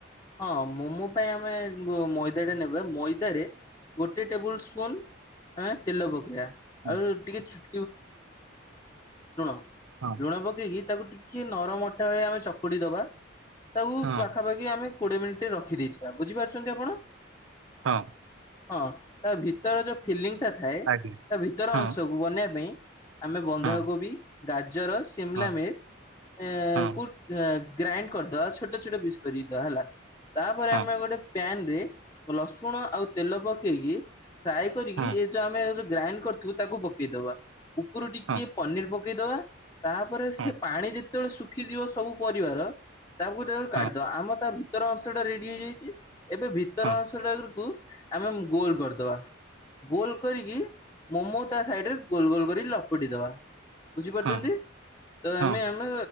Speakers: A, on the left; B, on the right.
A: ହଁ ମୋମୋ ପାଇଁ ଆମେ ମଇଦାଟା ନେବେ ମଇଦାରେ ଗୋଟେ ଟେବୁଲ ସ୍ପୁନ୍ ହଁ ତେଲ ପକେଇବା
B: ହଁ
A: ଆଉ ଟିକେ ଛୁ <unintelligible>
B: ହଁ।
A: ଲୁଣ ପକେଇକି ତାକୁ ଟିକେ ନରମ ଅଟା ଭଳିଆ ଆମେ ଚକୁଡି ଦବା ତାକୁ
B: ହଁ
A: ପାଖାପାଖି କି ଆମେ କୋଡିଏ ମିନିଟି ରଖିଦେଇଥିବା ବୁଝିପାରୁଛନ୍ତି ଆପଣ?
B: ହଁ।
A: ହଁ ତା ଭିତର ଯୋଉ ଫିଲିଂ ଟା ଥାଏ
B: ଆଜ୍ଞା
A: ତା ଭିତର
B: ହଁ
A: ଅଂଶକୁ ବନେଇବା ପାଇଁ ଆମେ ବନ୍ଧାକୋବି,
B: ହଁ
A: ଗାଜର, ସିମ୍ଲା
B: ହଁ
A: ମିିର୍ଚ୍ ଏକୁ
B: ହଁ
A: ଗ୍ରାଇଣ୍ଡ୍ କରିଦବା ଛୋଟ ଛୋଟ ପିସ୍ କରିକି ଦବା ହେଲା। ତାପରେ
B: ହଁ
A: ଆମେ ଗୋଟେ ପ୍ୟାନ୍ ରେ ରସୁଣ ଆଉ ତେଲ ପକେଇକି ଫ୍ରାଏ କରିକି
B: ହଁ
A: ଏଇ ଯୋଉ ଆମେ ଯୋଉ ଗ୍ରାଇଣ୍ଡ୍ କରିିଥିବୁ ତାକୁ ପକେଇଦବା। ଉପୁରୁ ଟିକେ
B: ହଁ ହଁ
A: ପନିର ପକେଇଦବା ତାପରେ
B: ହଁ
A: ସେ ପାଣି ରେ ଯେତେବେଳେ ଶୁଖିଯିବ ସବୁ ପରିବାର ତାକୁ ସେତେବେଳେ
B: ହଁ
A: କାଢିଦବା ଆମ ତା ଭିତର ଅଂଶ ରେଡି ହେଇଯାଇଛି ଏବେ ଭିତର
B: ହଁ
A: ଅଂଶ ଟାକୁ ଆମେ ଗୋଲ୍ କରିଦବା। ଗୋଲ କରିକି ମୋମୋ ତା ସାଇଡରେ ଗୋଲ୍ ଗୋଲ୍ କରି ଲପଟି ଦବା। ବୁଝିପାରୁଛନ୍ତି,
B: ହଁ
A: ତ
B: ହଁ
A: ଆମେ ଆମେ